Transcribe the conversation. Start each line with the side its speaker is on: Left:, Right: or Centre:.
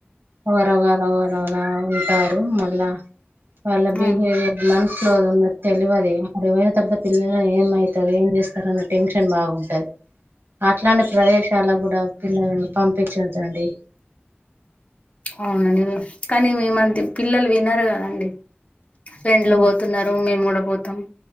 Right: ఒగరు గల ఒగరు అలా ఉంటారు మళ్ళా వాళ్ళ
Left: హ్మ్
Right: బిహేవియర్ మనసు లో ఉన్నది తెలవది. అక్కడ పోయిన తర్వాత పిల్లలని ఏమయితది, ఏం చేస్తరు అన్న టెన్షన్ బాగుం టది అట్లాంటి ప్రదేశాలకు కూడా పిల్లలను పంపించవద్దండి.
Left: అవునండి కానీ ఈ మధ్య పిల్లలు వినరు కదండి. ఫ్రెండ్లు
Right: ఇలా
Left: పోతున్నరు మేము కూడా పోతం.